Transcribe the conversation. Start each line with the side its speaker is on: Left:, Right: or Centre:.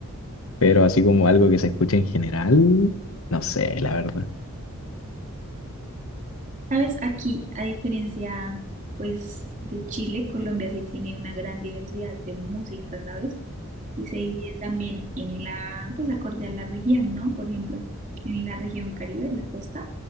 Left: Pero así como algo que se escuche en general, no sé, la verdad.
Right: Sabes, aquí, a diferencia, pues, de Chile, Colombia sí tiene una gran diversidad de música, ¿sabes? Y se divide también en la, pues, acorde a la región, ¿no? Por ejemplo, en la región Caribe, en la costa,